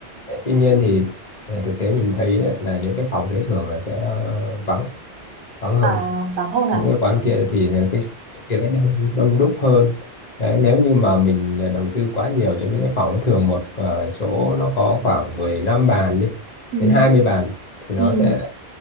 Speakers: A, on the left; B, on the right.
A: Đấy, tuy nhiên thì ờ, thực tế mình thấy ấy, là những cái phòng đấy thường là sẽ ờ, vắng vắng hơn
B: À, hoàng hôn
A: những
B: à?
A: cái quán kia thì là cái kia nó đông, đông đúc hơn đấy nếu như mà mình à, đầu tư quá nhiều cho những cái phòng thường một ờ, chỗ nó có khoảng 15 bàn đi
B: Ừ,
A: đến hai mươi bàn thì nó
B: ừ,
A: sẽ